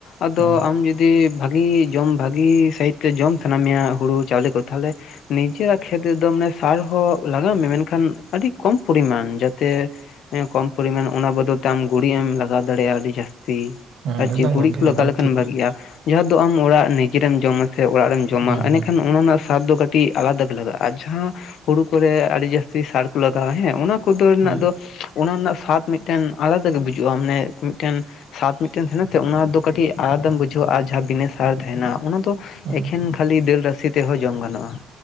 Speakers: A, on the left; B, on the right.
A: ᱟᱫᱚ
B: ᱦᱩᱸ
A: ᱟᱢ ᱡᱩᱫᱤ ᱵᱷᱟᱜᱤ ᱡᱚᱢ ᱵᱷᱟᱜᱤ ᱥᱟᱦᱤᱛᱮ ᱡᱚᱢ ᱥᱟᱱᱟᱢᱭᱟ ᱦᱩᱲᱩ ᱪᱟᱣᱞᱮ ᱠᱚ ᱛᱟᱦᱚᱞᱮ ᱱᱤᱡᱮᱨᱟᱜ ᱠᱷᱮᱛ ᱨᱮᱫᱚ ᱢᱟᱱᱮ ᱥᱟᱨ ᱦᱚᱸ ᱞᱟᱜᱟᱣ ᱢᱮ ᱢᱮᱱᱠᱷᱟᱱ ᱟᱹᱰᱤ ᱠᱚᱢ ᱯᱚᱨᱤᱢᱟᱱ ᱡᱟᱛᱮ ᱦᱮᱸ ᱠᱚᱢ ᱯᱚᱨᱤᱢᱟᱱ ᱚᱱᱟ ᱵᱚᱫᱚᱞ ᱛᱮ ᱟᱢ ᱜᱩᱩᱨᱤᱡ ᱮᱢ ᱞᱟᱜᱟᱣ ᱫᱟᱲᱮᱭᱟᱜ-ᱟ ᱟᱹᱰᱤ ᱡᱟᱹᱟᱥᱛᱤ
B: ᱦᱩᱸ
A: ᱟᱨ
B: ᱦᱩᱸ ᱮᱠᱫᱚᱢ
A: ᱪᱮᱫ ᱜᱩᱨᱤᱡ
B: ᱜᱚᱝᱠᱮ
A: ᱠᱚ ᱞᱟᱜᱟᱣ
B: ᱮᱠᱫᱚᱢ
A: ᱞᱮᱠᱷᱟᱱ
B: ᱴᱷᱤᱠ
A: ᱵᱷᱟᱜᱤᱜ-ᱟ᱾
B: ᱵᱮᱱ ᱞᱟᱹᱭ ᱠᱮᱫᱟ᱾
A: ᱡᱟᱦᱟᱸ ᱫᱚ ᱟᱢ ᱚᱲᱟᱜ ᱱᱤᱡᱮᱢ ᱡᱚᱢᱟ ᱥᱮ ᱚᱲᱟᱜ ᱨᱮᱢ ᱡᱚᱢᱟ
B: ᱦᱩᱸ
A: ᱮᱱᱮᱠᱷᱟᱱ
B: ᱦᱩᱸ
A: ᱚᱱᱟ ᱨᱮᱱᱟᱜ ᱥᱟᱫ ᱫᱚ ᱠᱟᱹᱴᱤᱡ ᱟᱞᱟᱫᱟ ᱞᱟᱜᱟᱜ-ᱟ᱾ ᱟᱨ ᱡᱟᱦᱟᱸ ᱦᱩᱲᱩ ᱠᱚᱨᱮ ᱟᱹᱰᱤ ᱡᱟᱹᱟᱥᱛᱤ ᱥᱟᱨ ᱠᱚ ᱞᱟᱜᱟᱣᱟ ᱦᱮᱸ ᱚᱱᱟ ᱠᱚᱫᱚ ᱨᱮᱱᱟᱜ
B: ᱦᱩᱸ
A: ᱫᱚ ᱚᱱᱟ ᱨᱮᱱᱟᱜ ᱥᱟᱫ ᱢᱤᱫᱴᱮᱱ ᱟᱞᱟᱫᱟ ᱜᱮ ᱵᱩᱡᱩᱜ-ᱟ ᱢᱟᱱᱮ ᱢᱤᱫᱴᱮᱱ ᱥᱟᱛ ᱢᱤᱫᱴᱮᱱ ᱛᱟᱦᱮᱱᱟ ᱥᱮ ᱚᱱᱟ ᱫᱚ ᱠᱟᱹᱴᱤᱡ ᱟᱞᱟᱫᱢ ᱵᱩᱡᱷᱟᱹᱣᱟ-ᱟ ᱟᱨ ᱡᱟᱦᱟᱸ ᱵᱤᱱᱟᱹ ᱥᱟᱨ ᱛᱟᱦᱮᱱᱟ ᱚᱱᱟ ᱫᱚ᱾
B: ᱦᱩᱸ
A: ᱮᱠᱷᱮᱱ ᱠᱷᱟᱹᱞᱤ ᱫᱟᱹᱞ ᱨᱟᱥᱮ ᱛᱮᱦᱚᱸ ᱡᱚᱢ ᱜᱟᱱᱚᱜ-ᱟ᱾